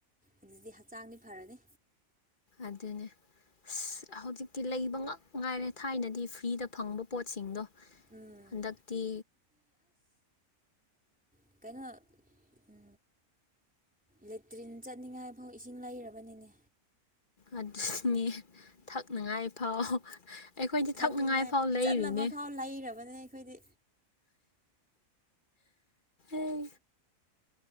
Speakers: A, in the centre; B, on the left.
A: ꯑꯗꯨꯗꯤ ꯍꯛꯆꯥꯡꯗꯤ ꯐꯔꯅꯤ
B: ꯑꯗꯨꯅꯦ ꯑꯁ ꯍꯧꯖꯤꯛꯇꯤ ꯂꯩꯕ ꯉꯛ ꯉꯥꯏꯔꯦ ꯊꯥꯏꯅꯗꯤ ꯐ꯭ꯔꯤꯗ ꯐꯪꯕ ꯄꯣꯠꯁꯤꯡꯗꯣ
A: ꯎꯝ
B: ꯥꯛꯄꯤ
A: ꯎ ꯀꯩꯅꯣ ꯎ ꯂꯦꯇ꯭ꯔꯤꯟ ꯆꯠꯅꯤꯡꯉꯥꯏꯐꯥꯎ ꯏꯁꯤꯡ ꯂꯩꯔꯕꯅꯤꯅꯦ
B: ꯑꯗꯨꯅꯤ ꯊꯛꯅꯉꯥꯏ ꯐꯥꯎ ꯑꯩꯈꯣꯏꯗꯤ
A: ꯊꯛꯅꯤꯡꯉꯥꯏ
B: ꯊꯛꯅꯉꯥꯏ ꯐꯥꯎ ꯂꯩꯔꯤꯅꯦ
A: ꯆꯠꯅꯕ ꯐꯥꯎ
B: <inaudible>
A: ꯂꯩꯔꯕꯅꯦ ꯑꯩꯈꯣꯏꯗꯤ
B: ꯑꯦ